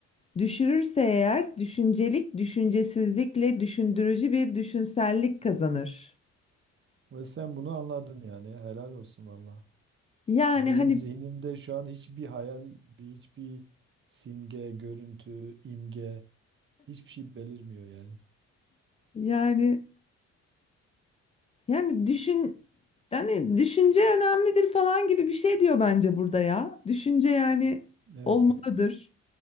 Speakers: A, on the left; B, on the right.
A: Düşürürse eğer düşüncelik, düşüncesizlikle düşündürücü bir düşünsellik kazanır.
B: Ve sen bunu anladın yani helal olsun valla.
A: Yani
B: Benim
A: hani
B: zihnimde şu an hiçbir hayal, bir- hiçbir simge, görüntü, imge hiçbir şey belirmiyor yani.
A: yani yani düşün hani düşünce önemlidir falan gibi bir şey diyor bence burada ya. Düşünce yani
B: Evet.
A: olmalıdır.